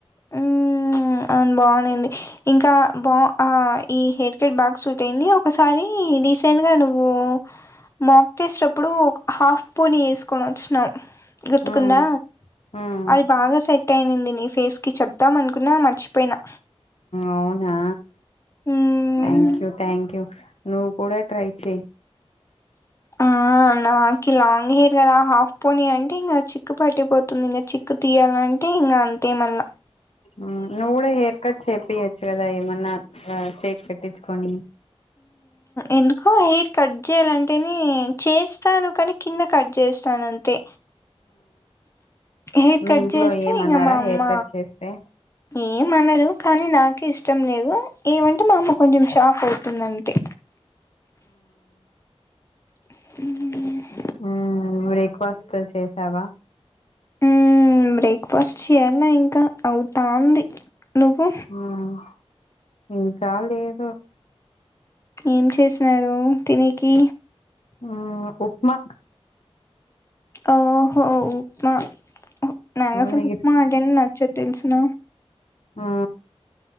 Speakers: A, on the left; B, on the left.
A: ఉమ్. అ బాగున్నాడి ఇంకా బా ఈ హెయిర్ కట్ బాగ్ సూట్ అయింది ఒకసారి రీసెంట్గా నువ్వు మాక్ చేేసేటప్పుడు హాఫ్ పూనీ వేసుకొని వచ్చినావు గుర్తుకుందా
B: మ్మ్ మ్మ్
A: అది బాగా సైట్ అయింది నీ ఫేస్ కి చెప్దాం అనుకున్నా మ చిపోయినా
B: అవునా
A: హ్మ్.
B: థ్యాంక్ యూ థ్యాంక్ యూ నువ్ కూడ ట్రై చెయ్
A: ఆ నాకి లాంగ్ హెయిర్ కదా హాఫ్ పోని అంటే ఇంకా చిక్కు పట్టిపోతుంది ఇంకా చిక్కు తీయాలంటే ఇంకా అంతే మళ్ళ
B: నువ్ కూడ హేర్ కట్ చేేపియచ్చు కదా ఏమన్నా <inaudible> తెచ్చుకొని
A: ఎందుకో హెయిర్ కట్ చేయాలంటేనే చేస్తాను కానీ కింద కట్ చేస్తాను అంతే హెయిర్
B: మీ
A: కట్
B: ఇంట్లో
A: చేస్తే
B: ఏమన్నారా
A: ఇంక మా అమ్మ
B: హెయిర్ కట్ చేస్తే
A: ఏమనదు కానీ నాక్ ఇష్టం లేవు ఏమంటే మా అమ్మ కొంచెం షాక్ అవు తుందంతే మ్మ్
B: మ్మ్ బ్రేక్ఫాస్ట్ చేసావా
A: మ్మ్ బ్రేక్ఫాస్ట్ చేయాలా ఇంక అవుతాంది నువ్వు
B: మ్మ్ ఇంకా లేదు
A: ఏం చేసినారు తినేకి
B: మ్మ్ ఉప్మా
A: ఓహో ఉప్మా నాకసలు
B: నీకు
A: ఉప్మా అంటెనే నచ్చదు తెలుసున
B: ఆ